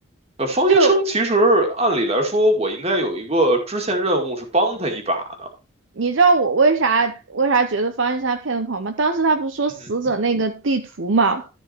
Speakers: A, on the right (about 30°); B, on the right (about 65°).
A: 呃，方医生其实按理来说，
B: 就
A: 我应该有一个支线任务是帮他一把的。
B: 你知道我为啥为啥觉得方医生他骗的不好吗？当时他不是说死者那个地图嘛，
A: 嗯。